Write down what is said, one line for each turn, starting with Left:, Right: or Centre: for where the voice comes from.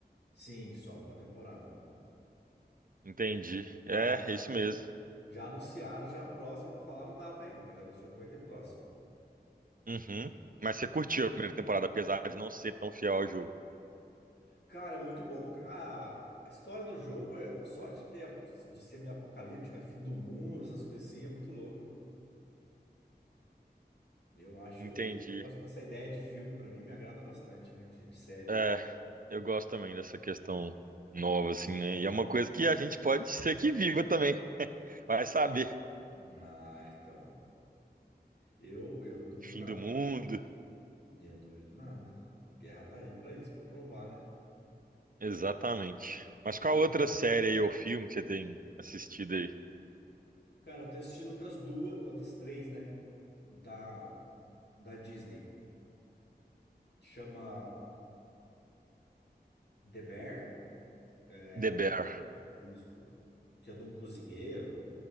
Left: Sim, só uma temporada.
Right: Entendi. É,
Left: Mas já
Right: é isso mesmo.
Left: já anunciaram já a próxima, não falaram data ainda, mas já anunciou que vai ter próxima.
Right: Uhum. Mas você curtiu a primeira temporada, apesar de não ser tão fiel ao jogo.
Left: Cara, é muito bom, cara. Ah, a história do jogo é só de ter de ser meio apocalíptica, né? Fim do mundo, essas coisas assim, é muito louco. Eu acho,
Right: Entendi.
Left: eu, eu gosto dessa ideia de filme, pra mim me agrada bastante, né? De, de série.
Right: É,
Left: né?
Right: eu gosto também dessa questão nova, assim, né? E é uma coisa que a gente pode ser que viva também. Vai saber.
Left: Ah, então. Eu, eu não duvido
Right: Fim
Left: nada.
Right: do mundo.
Left: Eu não duvido nada, né? Guerra tá aí pra isso, pra provar, né?
Right: Exatamente. Mas qual outra série aí ou filme que você tem assistido aí?
Left: Cara, eu tenho assistido outras duas, outras três, né? Da, da Disney. Chama The Bear. É,
Right: The Bear.
Left: Ru- isso. Que é de um cozinheiro.